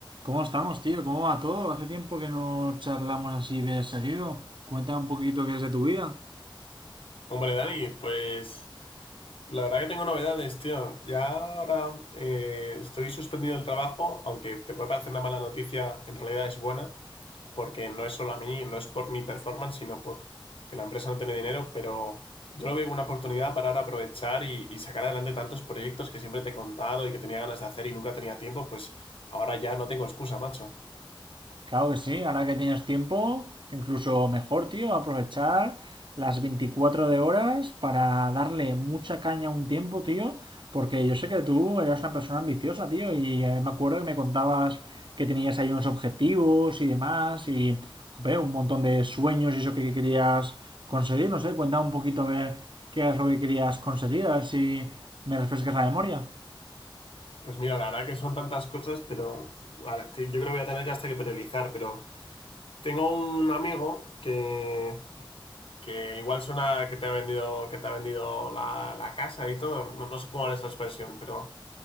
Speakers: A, on the right (about 65°); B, on the left (about 85°).
A: ¿Cómo estamos, tío? ¿Cómo va todo? Hace tiempo que no charlamos así de seguido. Cuéntame un poquito qué es de tu vida.
B: Hombre, Dani, pues la verdad que tengo novedades, tío. Ya ahora eh, estoy suspendido del trabajo, aunque te puede parecer una mala noticia, en realidad es buena, porque no es solo a mí, no es por mi performance, sino por que la empresa no tiene dinero, pero yo lo veo como una oportunidad para ahora aprovechar y, y sacar adelante tantos proyectos que siempre te he contado y que tenía ganas de hacer y nunca tenía tiempo, pues ahora ya no tengo excusa, macho.
A: Claro que sí, ahora que tienes tiempo, incluso mejor, tío, aprovechar las 24 de horas para darle mucha caña a un tiempo, tío, porque yo sé que tú eras una persona ambiciosa, tío, y eh, me acuerdo que me contabas que tenías ahí unos objetivos y demás, y jope, un montón de sueños y eso que querías conseguir, no sé, cuenta un poquito a ver qué es lo que querías conseguir, a ver si me refrescas la memoria.
B: Pues mira, la verdad que son tantas cosas, pero la- yo creo que voy a tener que hasta que priorizar, pero... Tengo un amigo que, que igual suena que te ha vendido, que te ha vendido la, la casa y todo. No, no sé cómo es esa expresión, pero